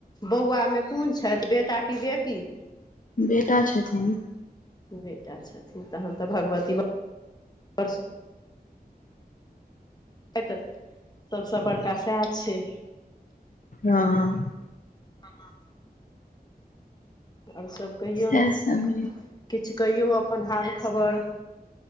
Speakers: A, on the left; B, on the left.
A: बौआ में कुन छैथ, बेटा की बेटी?
B: बेटा छथिन।
A: बेटा छथिन, तहन तऽ भगवती ब ड़ सु तै तऽ। सब सऽ बड़का सैह छै।
B: हाँ।
A: हँ। और सब कहियौन,
B: सएह सब यै
A: किछ कहियौ अपन हाल खबर?